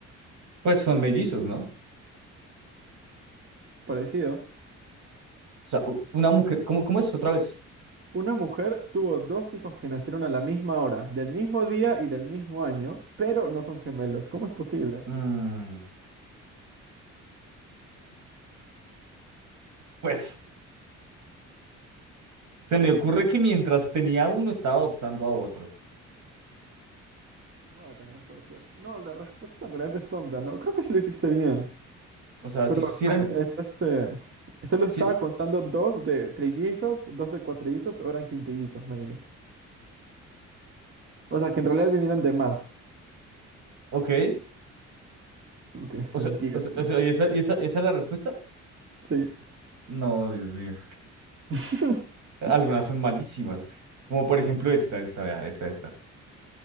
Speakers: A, on the right; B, on the right.
A: Pues son mellizos, ¿no? O
B: Parecido.
A: sea, u- una mujer, ¿cómo, cómo es otra vez?
B: Una mujer tuvo dos hijos que nacieron a la misma hora, del mismo día y del mismo año, pero no son gemelos. ¿Cómo es posible?
A: Mm, pues se me ocurre que mientras tenía uno estaba adoptando a otro.
B: Bueno, también puede ser. No, la respuesta en realidad es tonta, ¿no? Creo que sí lo dijiste bien.
A: O sea,
B: Pero
A: si hicieran,
B: eh, es este. Solo
A: sí,
B: estaba contando dos de trillizos, dos de cuatrillizos, o eran quintillizos, maybe. O sea, que en realidad vinieron de más.
A: ok.
B: No tiene sentido,
A: O sea, o sea,
B: ¿verdad?
A: o sea, ¿y esa, y esa, esa es la respuesta?
B: Sí.
A: No, Dios mío.
B: <laughs>
A: Algunas son malísimas, como por ejemplo esta, esta, vea, esta, esta.